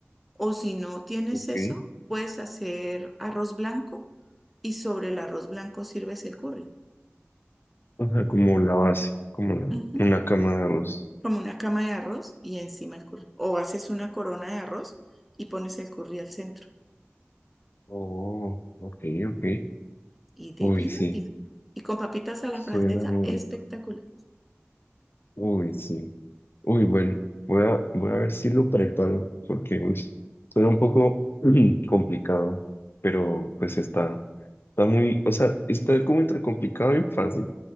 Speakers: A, in the centre; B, on the left.
A: O si no tienes
B: Ok.
A: eso, puedes hacer arroz blanco y sobre el arroz blanco sirves el curry.
B: O sea, como la base, como la-
A: Ujú,
B: una cama de arroz.
A: Como una cama de arroz y encima el curry. O haces una corona de arroz y pones el curry al centro.
B: Oh, ok, ok.
A: Y de
B: Uy,
A: vino,
B: sí,
A: divino. Y con papitas a la
B: suena
A: francesa,
B: muy
A: espectacular.
B: rico. Uy, sí. Uy, bueno, voy a, voy a ver si lo preparo, porque uy, suena un poco <clears throat> ujú, complicado, pero pues está, está muy, o sea, está como entre complicado y fácil,